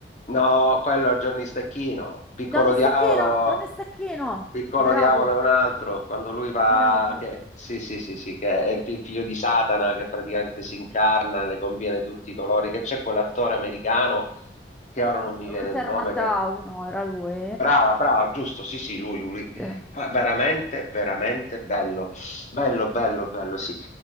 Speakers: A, on the left; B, in the centre.
A: No, quello è Johnny Stecchino, Piccolo
B: Johnny
A: Diavolo,
B: Stecchino, Johnny Stecchino,
A: Piccolo
B: bravo,
A: Diavolo è un altro, quando lui va,
B: bravo.
A: che, sì, sì, sì, sì, che è il fi- figlio di Satana che praticamente si incarna, le conviene tutti i colori, che c'è quell'attore americano, che ora non mi viene
B: Walter
A: il nome,
B: Matthau, no, era lui.
A: Brava, brava, giusto, sì, sì, lui, lui, lui.
B: Sì.
A: Fa veramente, veramente bello, bello, bello, bello, sì.